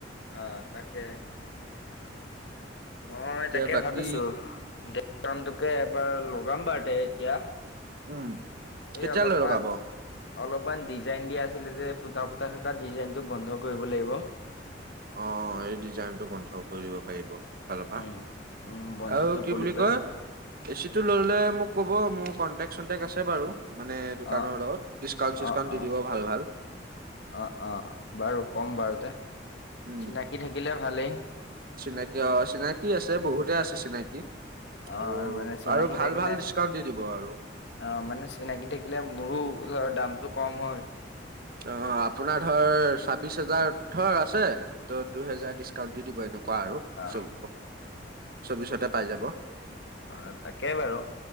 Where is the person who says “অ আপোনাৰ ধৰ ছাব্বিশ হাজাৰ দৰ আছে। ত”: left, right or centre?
Right